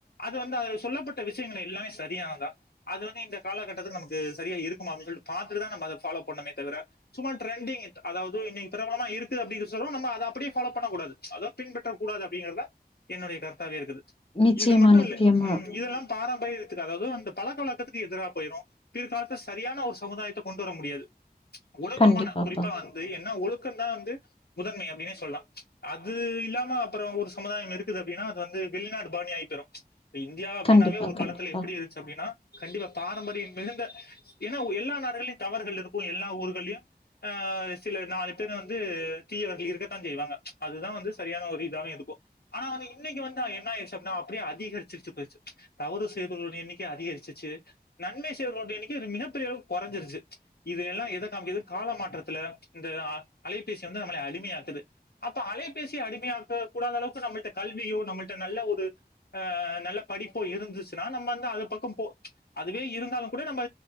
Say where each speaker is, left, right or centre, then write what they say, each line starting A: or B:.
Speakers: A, on the left; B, on the left.
A: அது வந்து அதுல சொல்லப்பட்ட விஷயங்கள் எல்லாமே சரியானதா அது வந்து இந்த காலகட்டத்துக்கு நமக்கு சரியா இருக்குமா அப்டின் சொல்ட்டு பாத்துட்டுதா நம்ப அத ஃபாலோ பண்ணமே தவிர சும்மா டிரெண்டிங் அதாவது இன்னக்கி பிரபலமா இருக்குது அப்டி சொல்லவு நம் ப அப்பிடியே ஃபாலோ பண்ணக்கூடாது அதா பின்பற்ற கூடாது அப்பிடிங்கறதா என்னுடைய கருத்தாவே இருக்குது
B: நிச்சயமா
A: இது மட்டு
B: நிச்சயமா
A: இல்ல ம் இதெல்லா பாரம்பரியத்துக்கு அதாவது அந்த பழக்கவழக்கத்துக்கு எதிரா பேயிரு பிற்காலத்துல சரியான ஒரு சமுதாயத்த கொண்டு வர முடியாது ஒழுக்கமான
B: கண்டிப்பாப்பா
A: குறிப்பா வந்து என்ன ஒழுக்கந்தா வந்து முதன்மை அப்டினே சொல்லா அது இல்லாம அப்புற ஒரு சமுதாயம் இருக்குது அப்டின்னா அது வந்து வெளிநாடு பாணி ஆயிபோய்ரு இப்ப இந்தியா அப்பிடினாவே
B: கண்டிப்பா
A: ஒரு
B: கண்டிப்பா
A: காலத்துல எப்டி இருந்துச்சு அப்டினா கண்டிப்பா பாரம்பரியம் மிகுந்த ஏனா எல்லா நாடுகளயு தவறுகள் இருக்கும் எல்லா ஊர்கள்லயு அ சில நாலு பேர் வந்து தீயவர்கள் இருக்கத் தா செய்வாங்க அதுதா வந்து சரியான ஒரு இதாவே இருக்கு ஆனா வந்து இன்னக்கி வந்து அ என்னாயிருச்சு அப்டின்னா அப்டியே அதிகரிச்சுருச்சு போயிருச்சு தவறு செய்பவர்களுடைய எண்ணிக்கை அதிகரிச்சிச்சு நன்மை செய்பவர்களுடைய எண்ணிக்கை மிகப்பெரியளவு கொறஞ்சிருச்சு இதை எல்லா எத காமிக்கிது கால மாற்றத்துல இந்த அலைபேசி வந்து நம்மளை அடிமையாக்குது அப்ப அலைபேசிய அடிமையாக்க கூடாத அளவுக்கு நம்மள்ட்ட கல்வியோ நம்மள்ட்ட நல்ல ஒரு அ நல்ல படிப்போ இருந்துச்சுன்னா நம்ம வந்து அது பக்கம் போ அதுவே இருந்தாலுங்கூட நம்ப